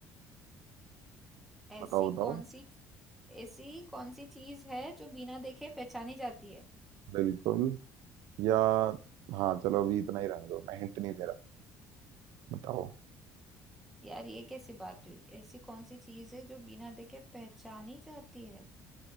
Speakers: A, in the centre; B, on the right.
A: ऐसी
B: बताओ बताओ
A: कौन सी ऐसी कौन सी चीज है जो बिना देखे पहचानी जाती है
B: बिल्कुल या हाँ चलो अभी इतना ही रहने दो मैं हिंट नहीं दे रहा बताओ
A: यार ये कैसी बात हुई ऐसी कौन सी चीज है जो बिना देखे पहचानी जाती है